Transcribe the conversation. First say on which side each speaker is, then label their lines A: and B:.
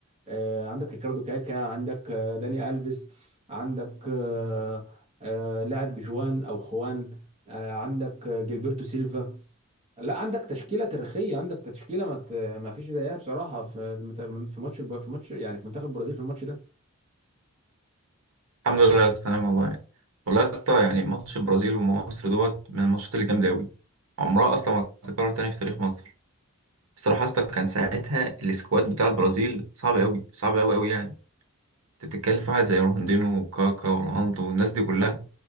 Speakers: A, on the right; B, on the right.
A: آه، عندك ريكاردو كاكا عندك آه، داني الفيس عندك آه، آه، لاعب جوان او خوان آه، عندك آه، جilberto سيلفا لا عندك تشكيله تاريخيه عندك تشكيله ما ت- ما فيش زيها بصراحه في في ماتش الب- في ماتش يعني في منتخب البرازيل في الماتش ده
B: الحمد لله يا اسطى تمام والله والله يا اسطى يعني ماتش البرازيل ومصر دوت من الماتشات اللي جامده قوي عمرها اصلا ما هتتكرر تاني في تاريخ مصر الصراحه يا اسطى كان ساعتها السكواد بتاع البرازيل صعب قوي صعب قوي قوي يعني انت بتتكلم في واحد زي رونالدينو وكاكا ورونالدو والناس دي كلها